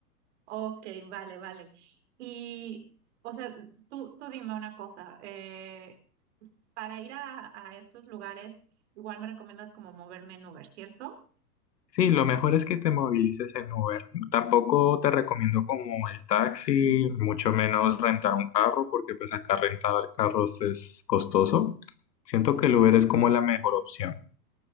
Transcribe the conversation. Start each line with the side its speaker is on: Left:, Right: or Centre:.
Right: Ok, vale, vale. Y, o sea, tú, tú dime una cosa. eh, para ir a, a estos lugares, igual me recomiendas como moverme en Uber, ¿cierto?
Left: Sí, lo mejor es que te movilices en Uber. Tampoco te recomiendo como el taxi, mucho menos rentar un carro, porque pues acá rentar carros es costoso. Siento que el Uber es como la mejor opción.